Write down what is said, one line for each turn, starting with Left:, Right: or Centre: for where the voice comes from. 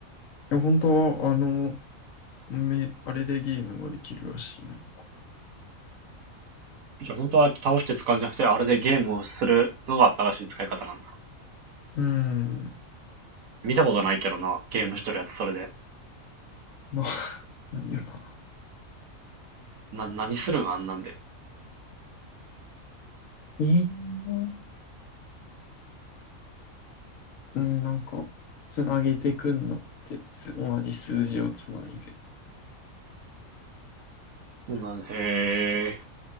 Left: や、本当は、あの、め、あれでゲームができるらしいな、んか。
Right: じゃあ本当は倒して使うんじゃなくて、あれでゲームをするのが正しい使い方なんだ。
Left: うーん。
Right: 見たことないけどな、ゲーム一人やってそれで。
Left: まあ、<laughs> なんやな。
Right: な、何するんあんなんで。
Left: ええうん、なんか、つなげてくんのって、す、同じ数字をつないで。
Right: な、へえ。